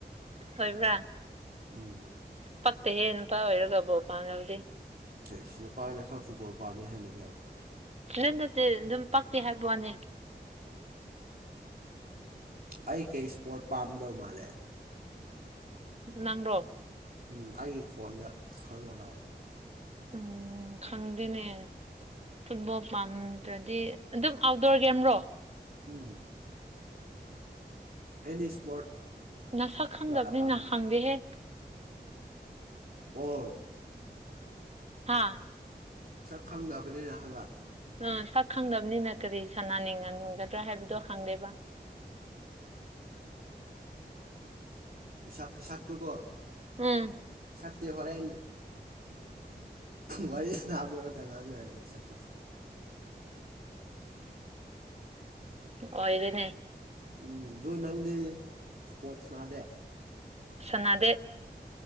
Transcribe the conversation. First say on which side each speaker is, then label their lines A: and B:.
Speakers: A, on the right; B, on the right.
A: ꯑꯣꯏꯕ꯭ꯔꯥ
B: ꯎꯝ
A: ꯄꯛꯇ ꯍꯦ ꯅꯨꯄꯥ ꯑꯣꯏꯔꯒ ꯕꯣꯜ ꯄꯥꯝꯗꯕꯗꯤ
B: ꯁꯤꯏ ꯅꯨꯄꯥꯅ ꯈꯔ ꯐꯨꯠꯕꯣꯜ ꯄꯥꯝꯃꯦ ꯍꯥꯏꯅꯕ ꯌꯥꯕ꯭ꯔꯣ
A: ꯍꯦꯔ ꯅꯠꯇꯦ ꯑꯗꯨꯝ ꯄꯛꯇꯦ ꯍꯥꯏꯕꯩ ꯋꯥꯅꯦ
B: ꯑꯩ ꯀꯩ ꯏꯁꯄꯣꯔꯠ ꯄꯥꯝꯗꯧ ꯃꯥꯜꯂꯦ
A: ꯅꯪꯔꯣ
B: ꯎꯝ ꯑꯩꯒꯤ ꯈꯣꯟꯗ ꯈꯜꯂꯒ ꯍꯥꯏꯌꯣ
A: ꯎꯝ ꯈꯪꯗꯦꯅꯦ ꯐꯨꯠꯕꯣꯜ ꯄꯥꯝꯗ꯭ꯔꯗꯤ ꯑꯗꯨꯝ ꯑꯥꯎꯠꯗꯣꯔ ꯒꯦꯝꯔꯣ
B: ꯎꯝ ꯑꯦꯅꯤ ꯏꯁꯄꯣꯔꯠ
A: ꯅꯪ ꯁꯛ
B: ꯏꯁꯄꯣꯔꯠ
A: ꯈꯪꯗꯕꯅꯤꯅ
B: ꯑꯄꯥꯝꯕ
A: ꯈꯪꯗꯦꯍꯦ
B: ꯑꯣ
A: ꯍꯥꯥ
B: ꯁꯛ ꯈꯪꯗꯕꯅꯤꯅ ꯍꯥꯏꯕ
A: ꯑ ꯁꯛ ꯈꯪꯗꯕꯅꯤꯅ ꯀꯔꯤ ꯁꯅꯥꯅꯤꯡꯉꯝꯒꯗ꯭ꯔꯥ ꯍꯥꯏꯕꯗꯣ ꯈꯪꯗꯦꯕ
B: ꯏꯁꯥꯛ ꯏꯁꯥꯛꯇꯨꯀꯣ
A: ꯎꯝ
B: ꯁꯛꯇꯤ ꯍꯣꯔꯦꯟ ꯋꯥꯔꯤ ꯁꯥꯅꯥꯕ ꯂꯣꯏꯔꯒ ꯉꯥꯡꯅꯔꯁꯦ ꯁꯛꯀꯤꯗꯤ
A: ꯑꯣꯏꯔꯦꯅꯦ
B: ꯎꯝ ꯗꯣ ꯅꯪꯗꯤ ꯏꯁ꯭ꯄꯣꯔꯠꯁ ꯁꯥꯟꯅꯗꯦ
A: ꯁꯥꯟꯅꯗꯦ